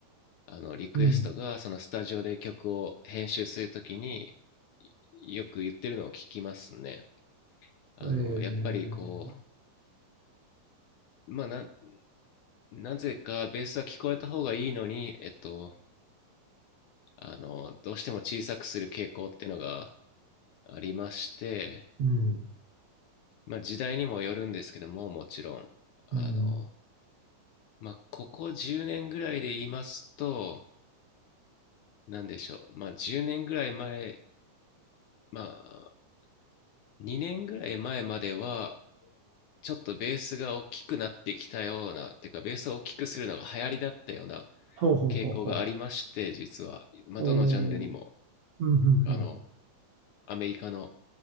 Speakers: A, on the left; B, on the right.
A: あの、リクエストが、
B: うん。
A: そのスタジオで曲を編集するときに、よく言ってるのを聞きますね。あの、
B: えー、
A: やっぱりこう、まあ、ななぜかベースは聞こえた方がいいのに、えっと、あの、どうしても小さくする傾向っていうのがありまして、
B: うん。
A: まあ時代にもよるんですけども、もちろん。あの、
B: うん。
A: まあここ10年ぐらいで言いますと、なんでしょう。まあ10年ぐらい前、まあ2年ぐらい前までは、ちょっとベースが大きくなってきたような、てかベースを大きくするのが流行りだったような
B: ほうほうほうほ
A: 傾向がありまして、実は。まあどのジャンルにも。
B: う。おーうんうんうん。
A: あの、アメリカの、